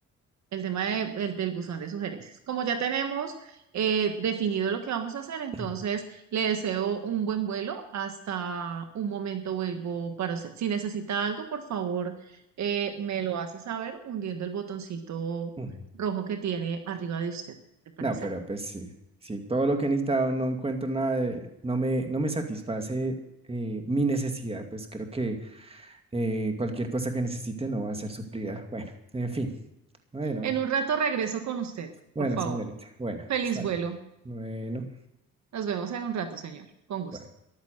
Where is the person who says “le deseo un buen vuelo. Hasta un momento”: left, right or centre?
Right